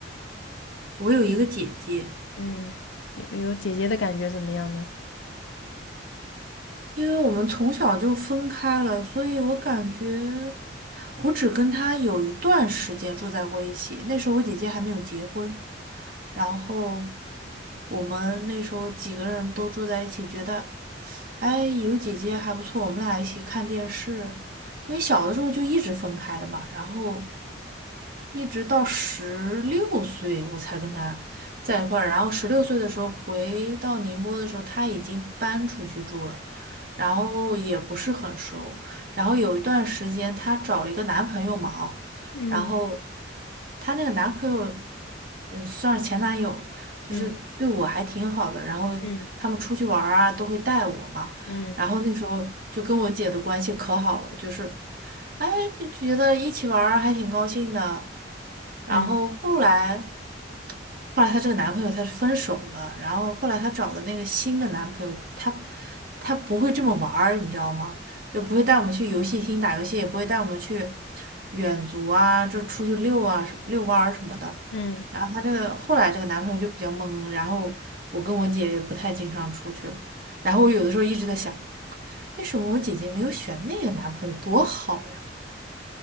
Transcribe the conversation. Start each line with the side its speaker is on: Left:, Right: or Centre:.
Right: 我有一个姐姐，
Left: 嗯，有有姐姐的感觉怎么样呢？
Right: 因为我们从小就分开了，所以我感觉我只跟她有一段时间住在过一起。那时候我姐姐还没有结婚，然后我们那时候几个人都住在一起，觉得哎有姐姐还不错，我们俩一起看电视。因为小的时候就一直分开的嘛，然后一直到十六岁我才跟他在一块儿，然后十六岁的时候回到宁波的时候，他已经搬出去住了，然后也不是很熟，然后有一段时间她找了一个男朋友嘛哦然后
Left: 嗯
Right: 她那个男朋友，嗯，算是前男友，就是对我还挺好的，
Left: 嗯
Right: 然后他们出去玩儿啊都会带我嘛，
Left: 嗯嗯
Right: 然后那时候就跟我姐的关系可好了，就是。哎，就觉得一起玩儿还挺高兴的。然后后来，
Left: 嗯
Right: 后来她这个男朋友他是分手了，然后后来她找的那个新的男朋友，他他不会这么玩儿，你知道吗？就不会带我们去游戏厅打游戏，也不会带我们去远足啊，就出去遛啊、什遛弯儿什么的。
Left: 嗯。
Right: 然后她这个后来这个男朋友就比较懵，然后我跟我姐也不太经常出去了。然后我有的时候一直在想，为什么我姐姐没有选那个男朋友，多好呀？